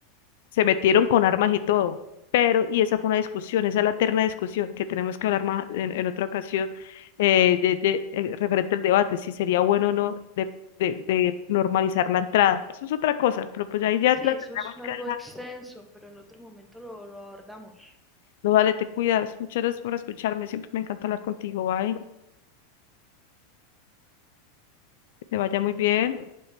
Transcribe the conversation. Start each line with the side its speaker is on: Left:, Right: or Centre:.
Left: se metieron con armas y todo. Pero, y esa fue una discusión, esa es la eterna discusión que tenemos que hablar más en, en otra ocasión eh, de, de- eh, referente al debate, si sería bueno o no de, de, de normalizar la entrada. Eso es otra cosa, pero pues ahí ya
Centre: Sí,
Left: la
Centre: eso
Left: tenemos
Centre: es algo
Left: que dejar.
Centre: extenso, pero en otro momento lo, lo abordamos.
Left: No, vale, te cuidas. Muchas gracias por escucharme. Siempre me encanta hablar contigo. Bye. Que te vaya muy bien.